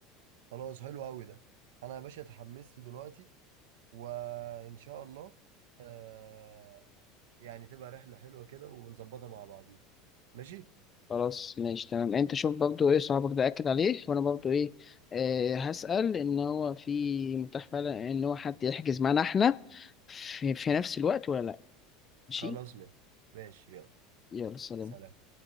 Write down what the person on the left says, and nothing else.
خلاص ماشي تمام انت شوف برضو ايه صاحبك ده اكد عليه وانا برضو ايه آه هسأل ان هو في متاح فعلا ان هو حد يحجز معانا احنا في, في نفس الوقت ولا لا ماشي
يلا سلام